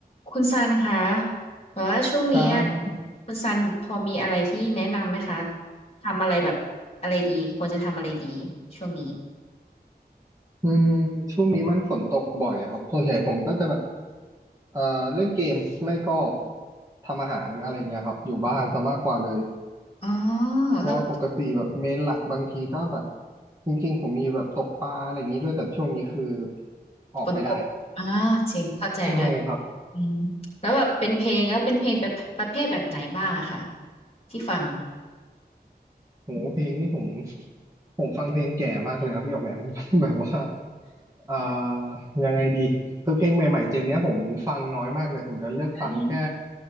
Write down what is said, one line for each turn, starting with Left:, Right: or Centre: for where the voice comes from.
Left: คุณซันคะแบบว่าช่วงนี้อ่ะ
Right: ครับ
Left: คุณซันพอมีอะไรที่แนะนำไหมคะ ทำอะไรแบบอะไรดีควรจะทำอะไรดีช่วงนี้
Right: อืมช่วงนี้มันฝนตกบ่อยครับ ส่วนใหญ่ผมก็จะแบบเอ่อเล่นเกมไม่ก็ทำอาหารอะไรเงี้ยครับอยู่บ้านซะมากกว่าเลย
Left: อ๋อ
Right: เพราะว่าปกติแบบเมนหลักบางทีก็แบบ
Left: แล้ว
Right: จริงๆ ผมมีแบบตกปลาอะไรอย่างนี้ด้วยแต่ช่วงนี้คือออกไม่ได้
Left: ฝนตกอ่าจริงเข้าใจด้วย
Right: ใช่ครับ
Left: อืมแล้วแบบเป็นเพลงแล้วเป็นเพลงแบบประเภทแบบไหนบ้างอะคะที่ฟัง
Right: โหเพลงนี่ผม <laughs> ผมฟังเพลงแก่มากเลยครับพี่หยอกแหมม <laughs> แบบว่าอ่ายังไงดีคือเพลงใหม่ๆเจนเนี้ยผมฟังน้อยมากเลยผมจะเลือกฟังแค่
Left: อืม <laughs>